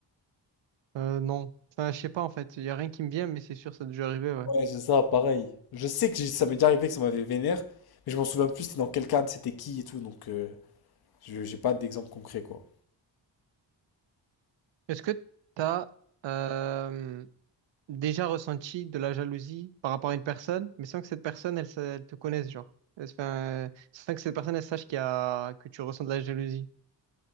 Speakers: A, on the right; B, on the left.
A: euh, non. Enfin, je sais pas, en fait. Il y a rien qui me vient, mais c'est sûr, ça a déjà arrivé, ouais.
B: Ouais, c'est ça, pareil. Je sais que j'ai- ça m'est déjà arrivé que ça m'avait vénère, mais je m'en souviens plus, c'était dans quel cadre, c'était qui et tout, donc euh, je j'ai pas d'exemple concret, quoi.
A: Est-ce que t'as euh, déjà ressenti de la jalousie par rapport à une personne, mais sans que cette personne, elle, sa- elle te connaisse, genre? Enfin, sans que cette personne, elle sache qu'il y a, que tu ressens de la jalousie.